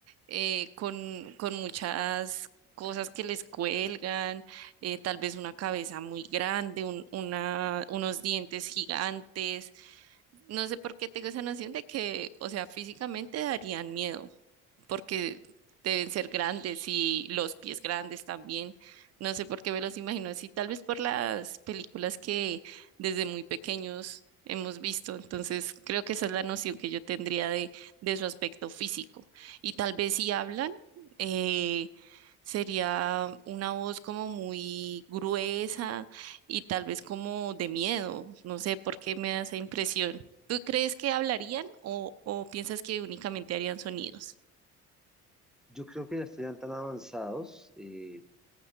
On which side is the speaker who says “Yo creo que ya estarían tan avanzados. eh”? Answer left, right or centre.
Centre